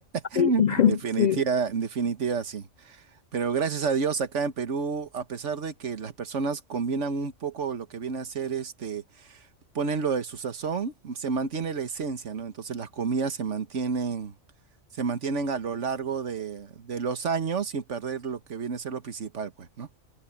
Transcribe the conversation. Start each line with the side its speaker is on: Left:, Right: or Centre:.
Right: en
Left: Sí, <laughs>
Right: definitiva,
Left: sí,
Right: en definitiva sí. Pero gracias a Dios acá en Perú, a pesar de que las personas combinan un poco lo que viene a ser este, ponen lo de su sazón, se mantiene la esencia, ¿no? Entonces las comidas se mantienen, se mantienen a lo largo de, de los años sin perder lo que viene a ser lo principal, pues, ¿no?